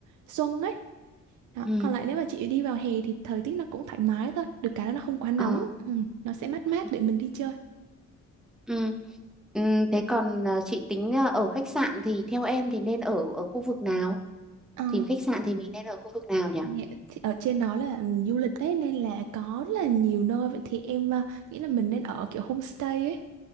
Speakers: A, on the right (about 75°); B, in the centre.
A: xuân ấy đó.
B: Ừ.
A: Còn lại nếu mà chị đi vào hè thì thời tiết nó cũng thoải mái thôi được cái là nó không quá nóng
B: Ờ.
A: ừ, nó sẽ mát mát
B: Ừ.
A: để mình đi chơi
B: Ừ. Ừ. Thế còn à, chị tính à, ở khách sạn thì theo em thì nên ở ở khu vực nào?
A: Ờ,
B: Tìm khách sạn thì mình nên ở khu vực nào nhỉ?
A: Dạ, thì ở trên đó là ừ, du lịch đấy nên là có rất là nhiều nơi vậy thì em ờ, nghĩ là mình nên ở kiểu homestay ấy